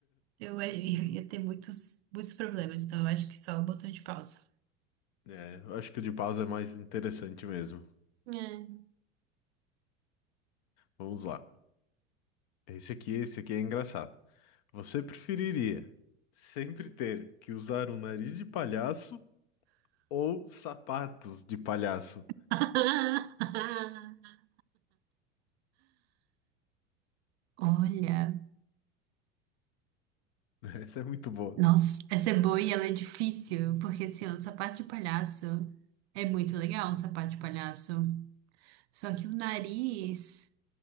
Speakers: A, on the right; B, on the left.
A: Eu, eu ia ter muitos, muitos problemas, então eu acho que só o botão de pausa.
B: É, eu acho que o de pausa é mais interessante mesmo.
A: É.
B: Vamos lá. Esse aqui, esse aqui é engraçado. Você preferiria sempre ter que usar um nariz de palhaço ou sapatos de palhaço?
A: <laughs> Olha.
B: <laughs> Essa é muito boa.
A: Nossa, essa é boa e ela é difícil, porque assim, ó, o sapato de palhaço é muito legal, um sapato de palhaço. Só que o nariz,